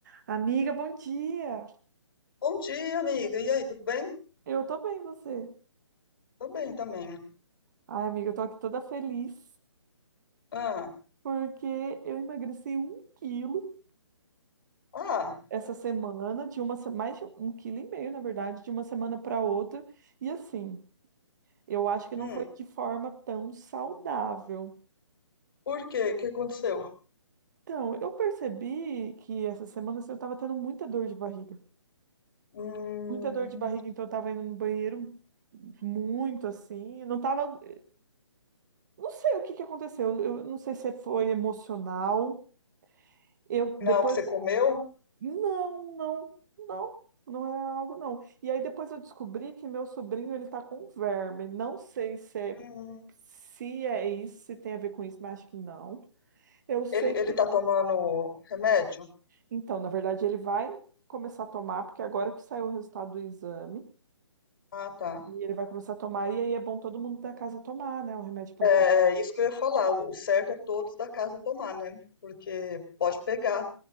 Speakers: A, on the right (about 40°); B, on the left (about 50°).
A: Amiga, bom dia!
B: Bom dia, amiga. E aí, tudo bem?
A: Eu tô bem, você?
B: Tô bem também.
A: Ai, amiga, eu tô aqui toda feliz
B: Ah,
A: porque eu emagreci um quilo
B: ah,
A: essa semana, de uma, se- mais de um quilo e meio, na verdade, de uma semana para outra. E assim, eu acho que
B: hum.
A: não foi de forma tão saudável.
B: Por quê? O que aconteceu?
A: Então, eu percebi que essa semana assim, eu tava tendo muita dor de barriga.
B: Hum,
A: Muita dor de barriga, então eu tava indo no banheiro muito assim. Eu Não tava. Não sei o que que aconteceu. Eu não sei se foi emocional. Eu
B: não
A: depois,
B: é algo que você comeu?
A: não, não, não, não é algo não. E aí depois eu descobri que meu sobrinho ele tá com verme. Não sei se é,
B: Hum,
A: se é isso, se tem a ver com isso, mas acho que não. Eu sei
B: ele,
A: que,
B: ele tá tomando remédio?
A: então, na verdade, ele vai começar a tomar, porque é agora que saiu o resultado do exame,
B: Ah, tá.
A: e ele vai começar a tomar, e aí é bom todo mundo da casa tomar, né, o remédio para
B: É,
A: verme.
B: é isso que eu ia falar. O, o certo é todos da casa tomar, né? Porque pode pegar,